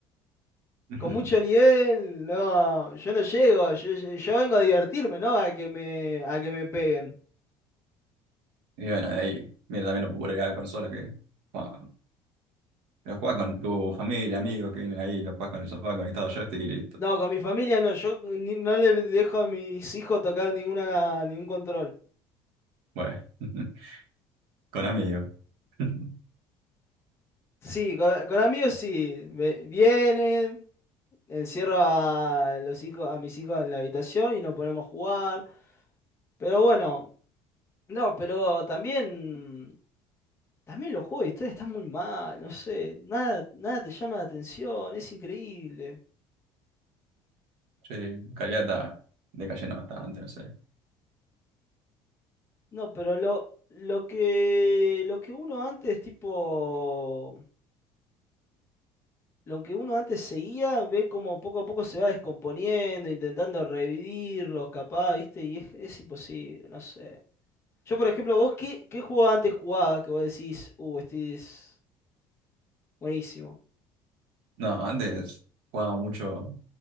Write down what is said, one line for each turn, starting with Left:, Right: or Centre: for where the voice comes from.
Right: <laughs>
Left: con mucho nivel. No, yo no llego, yo, yo yo vengo a divertirme, ¿no? A que me, a que me peguen.
Right: Y bueno, de ahí, mira, también lo popularidad de la consola que bueno, lo juegas con tu familia, amigos que vienen ahí, lo juegas con el sofá conectado a joystick y listo.
Left: No, con mi familia no, yo ni- no le dejo a mis hijos tocar ninguna, ningún control.
Right: Bueno. <laughs> con amigos. <laughs>
Left: Sí, con, con amigos sí. Ve- Vienen, encierro a los hijos, a mis hijos en la habitación y nos ponemos a jugar. Pero bueno, no, pero también, también los juegos de historia están muy mal, no sé, nada, nada te llama la atención, es increíble.
Right: Sí, Caridad está decayendo bastante, no sé.
Left: No, pero lo, lo que, lo que uno antes, tipo, lo que uno antes seguía, ve como poco a poco se va descomponiendo, intentando revivirlos, capaz, ¿viste? Y es, es imposible, no sé. Yo, por ejemplo, vos, ¿qué, qué juego antes jugaba que vos decís, uh, este es buenísimo?
Right: No, antes jugaba mucho